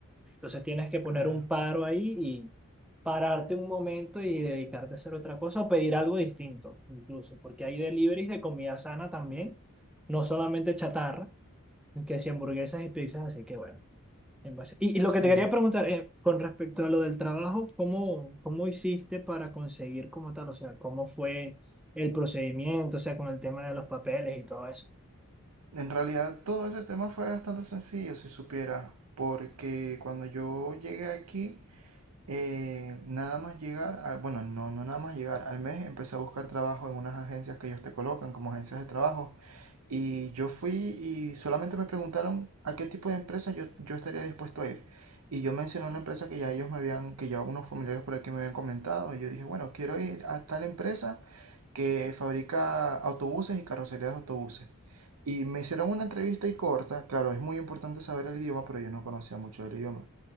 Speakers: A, in the centre; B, on the right.
A: Entonces, tienes que poner
B: claro.
A: un paro ahí y pararte un momento y dedicarte a hacer otra cosa o pedir algo distinto, incluso, porque hay deliveries de comida sana también, no solamente chatarra, que si hamburguesas y pizzas, así que bueno. En base- Y, y lo
B: Sí.
A: que te quería preguntar eh, con respecto a lo del trabajo, ¿cómo, cómo hiciste para conseguir como tal? O sea, ¿cómo fue el procedimiento? O sea, con el tema de los papeles y todo eso.
B: En realidad todo ese tema fue bastante sencillo, si supiera, porque cuando yo llegué aquí, Eh, nada más llegar, a- bueno, no, no nada más llegar, al mes empecé a buscar trabajo en unas agencias que ellos te colocan como agencias de trabajo. Y yo fui y solamente me preguntaron a qué tipo de empresa yo, yo estaría dispuesto a ir. Y yo mencioné una empresa que ya ellos me habían, que ya algunos familiares por aquí me habían comentado. Y yo dije, bueno, quiero ir a tal empresa que fabrica autobuses y carrocerías de autobuses. Y me hicieron una entrevista y corta, claro, es muy importante saber el idioma, pero yo no conocía mucho del idioma.